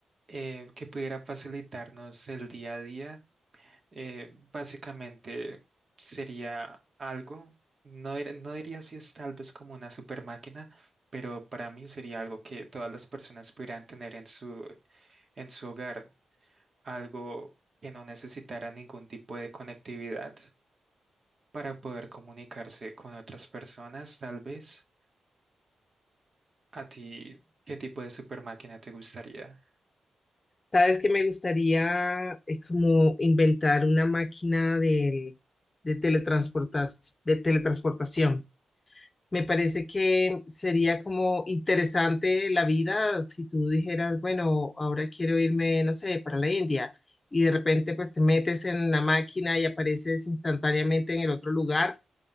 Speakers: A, on the right (about 50°); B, on the left (about 40°).
A: eh, que pudiera facilitarnos el día a día, eh, básicamente sería algo, no, dir- no diría si es tal vez como una super máquina, pero para mí sería algo que todas las personas pudieran tener en su, en su hogar, algo que no necesitara ningún tipo de conectividad para poder comunicarse con otras personas, tal vez. ¿A ti qué tipo de super máquina te gustaría?
B: Sabes que me gustaría eh, como inventar una máquina de, de teletransportas- de teletransportación. Me parece que sería como interesante la vida si tú dijeras, bueno, ahora quiero irme, no sé, para la India y de repente pues te metes en la máquina y apareces instantáneamente en el otro lugar.